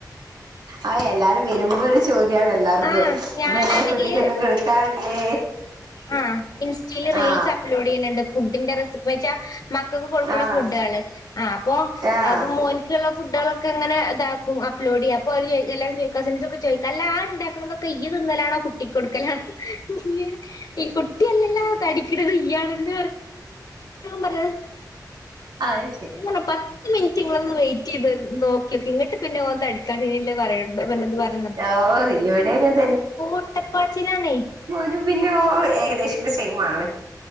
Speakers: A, on the right; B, on the left.
A: ആ എല്ലാരും വരുമ്പോ ഒരു ചോദ്യ ാണ് എല്ലാർക്കും
B: ആ ഞാനാണെങ്കില്
A: ഇതെന്താ കുട്ടിിക്കൊന്നും കൊടുക്കാറില്ലേ
B: ആഹ് ഇൻസ്റ്റയിൽ റീൽസ്
A: ആഹ്
B: അപ്ലോഡ് ചെയ്യുന്നുണ്ട് ഫുഡിന്റെ റെസിപ്പിന്ന് വെച്ചാൽ മക്കൾക്ക് കൊടുക്കുന്ന
A: ആണോ
B: ഫുഡുകള് ആഹ് അപ്പൊ
A: ആഹ്
B: അകും മോൻ ുള്ള ഫുഡുകളൊക്കെങ്ങനെ ഇതാക്കും അപ്ലോഡ് ചെയ്യ അപ്പോ എല്ലാവ കസിൻസ് ഒക്കെ ചോദിക്ക അല്ല ആ ഉണ്ടാക്കണെ യ്യ്തിന്നലാണോ കുട്ടി കൊടുക്കലാണോന്ന് ഈ കുട്ടിയല്ലെല്ലാ തടിക്ക്ണത് ഇയാളല്ല ഞൻ പറത്
A: ആയ്
B: ങ്ങോ പത്ത് മിനിറ്റ് ഇങ്ങള ഒന്ന് വെയിറ്റീത് നോക്കിയോക്കെ ഇങ്ങിട്ട് പിന്നെ ഓന് തട് <unintelligible> പറയണ്ട പിന്നെന്ത് പറയ
A: ആഹ് ഓ ഇവിടെ അങ്ങനെ
B: ഒട്ടപ്പാച്ചലാണേ
A: ഇപ്പ പിന്നെ ഓഏകദേശം സൈ മാണ്